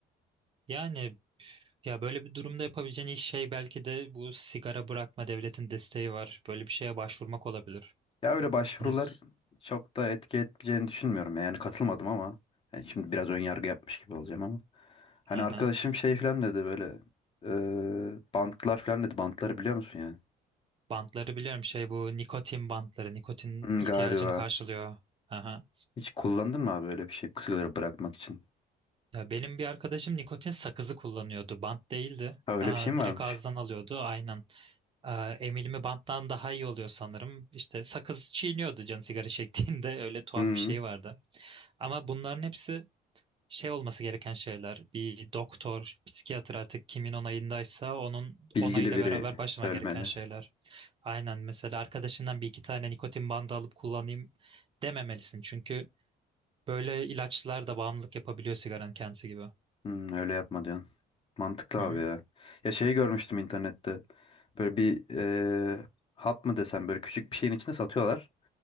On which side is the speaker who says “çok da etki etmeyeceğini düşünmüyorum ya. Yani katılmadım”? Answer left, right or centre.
Left